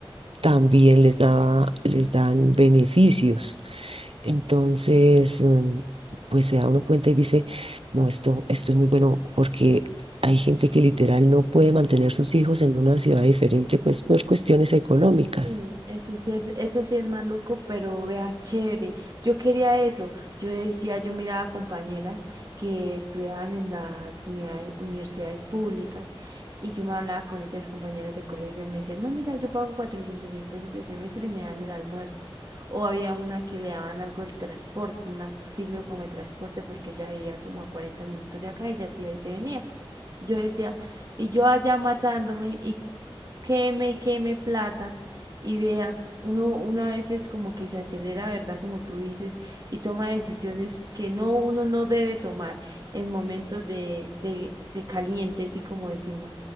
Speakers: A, on the right; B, on the right.
A: también les da, les dan beneficios. Entonces, mm, pues se da uno cuenta y dice, no, esto, esto es muy bueno porque hay gente que literal no puede mantener sus hijos en una ciudad diferente, pues por cuestiones económicas,
B: Mm, Eso sí es, eso sí es maluco, pero vea, chévere. Yo quería eso. Yo decía, yo miraba compañeras que estudiaban en las unidades- universidades públicas y yo me hablaba con ellas, compañeras de colegio, y ellas me decían, no, mira, yo pago cuatrocientos mil pesos de semestre y me dan el almuerzo. O había una que le daban algo del transporte, un auxilio como el transporte, porque ella vivía como a 40 minutos de acá, ella se iba y se venía. Yo decía, y yo allá matándome y queme y queme plata y vea, uno, uno a veces como que se acelera, ¿verdad? Como tú dices, y toma decisiones que no, uno no debe tomar en momentos de, de, de calientes, y como decimos,